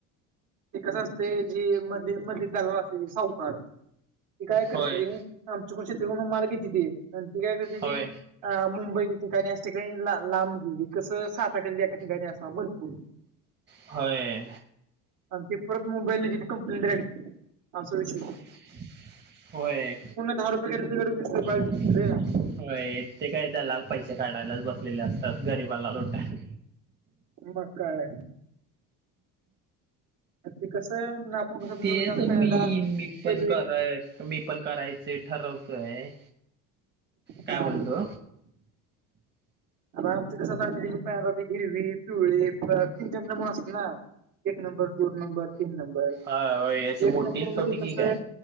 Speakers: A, on the right (about 60°); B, on the right (about 30°).
A: एकच असते जी मध मध जल असते सावकार ती काय करते
B: होय
A: ते आमच्याकडून शेतरीकून माल घेते त आणि ती काय करते
B: होय
A: ती अ मुंबई ठिकाणी अस ठिकाणी लांबजी व कस साठाक एका ठिकाणी असा भरपूर
B: होय
A: आणि परत मोबाईल ति कंपनी रड अस विश
B: <inaudible> होय
A: दहा रुपये घेतले तिकडे वीस रुपयाला
B: होय
A: देते रे
B: ते काय झालं पैसे काढायलाच बसलेले असतात गरीबाला लोटाया
A: म काय ते कसं आपण कसं
B: तेच
A: निवडताना पहिल्यांदा
B: मी मी पण
A: हिरवी
B: कराय मी पण करायच ठरवतोय काय
A: हा
B: बोलतो
A: आ आमच कस हिरवी पिवळी खिंचनड म्हण असेल ना नंबर दोन नंबर तीन नंबर
B: होय होय अशी मोठी
A: एक नंबर
B: छोटी
A: मध्ये
B: की
A: कस
B: काय